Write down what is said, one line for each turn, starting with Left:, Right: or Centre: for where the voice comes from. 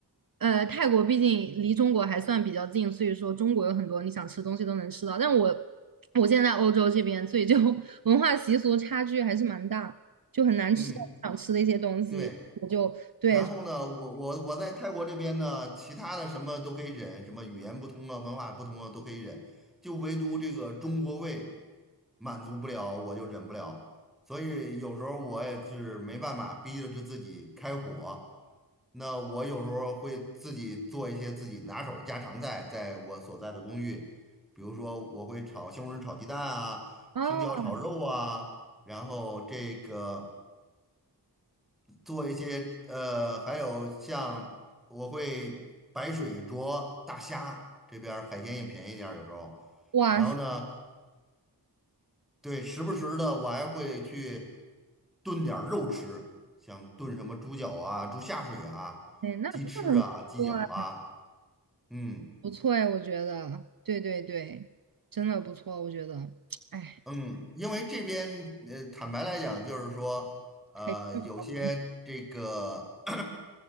Right: 呃，泰国毕竟离中国还算比较近，所以说中国有很多你想吃的东西都能吃到。但我我现在在欧洲这边，所以就 <laughs> 文化习俗差距还是蛮大，就很难吃到我想吃的一些东西。
Centre: 嗯，对。
Right: 我就对，
Centre: 然后呢，我我我在泰国这边呢，其他的什么都可以忍，什么语言不通啊、文化不通啊都可以忍，就唯独这个中国胃满足不了，我就忍不了。所以有时候我也是没办法，逼着自己开火。那我有时候会自己做一些自己拿手的家常菜，在我所在的公寓，比如说我会炒西红柿炒鸡蛋啊，
Right: 哦，
Centre: 青椒炒肉啊，然后这个。做一些呃，还有像我会白水灼大虾，这边儿海鲜也便宜点儿有时候。
Right: 哇塞，
Centre: 然后呢，对，时不时的我还会去炖点儿肉吃，像炖什么猪脚啊、猪下水啊、
Right: 那那很。
Centre: 鸡翅啊、鸡脚啊，
Right: 多啊。
Centre: 嗯
Right: 不错哎，我觉得，对对对，真的不错，我觉得，哎，
Centre: 嗯，因为这边呃，坦白来讲，就是说呃，
Right: 还是比较丰富
Centre: 有些这个 <clears throat>。